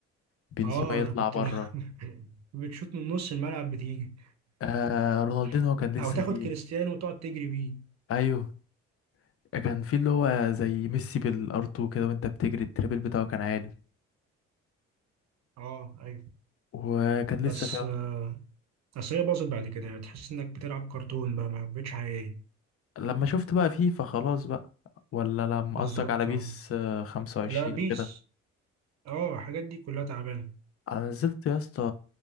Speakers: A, on the left; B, on the right.
A: بنزيما
B: اه
A: يطلع
B: انا كنت
A: بره
B: <laughs> بتشوت من نص الملعب بتيجي
A: آه رونالدينو
B: <laughs>
A: كان لسه
B: او تاخد
A: فيه
B: كريستيانو وتقعد تجري بيه
A: ايوه كان في اللي هو زي ميسي بالارتو كده وانت بتجري التريبل بتاعه كان عالي
B: اه ايوه
A: وكان
B: بس
A: لسه فيه
B: آه، اصل هي باظت بعد كده يعني تحس انك بتلعب كرتون بقى ما بقتش حقيقية
A: لما شفت بقى فيفا خلاص بقى ولا لما
B: بالظبط
A: قصدك على بيس
B: آه.
A: آه، 25
B: لا بيس
A: وكده
B: اه الحاجات دي كلها تعبانة
A: انا نزلت يا اسطى